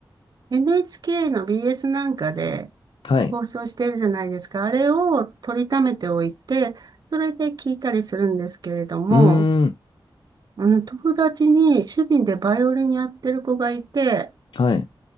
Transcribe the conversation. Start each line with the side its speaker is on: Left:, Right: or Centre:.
Right: NHK の BS なんかで、
Left: はい。
Right: 放送してるじゃないですか。あれを取りためておいて、それで聞いたりするんですけれども、
Left: うーん。
Right: あの、友達に趣味でバイオリンやってる子がいて、
Left: はい。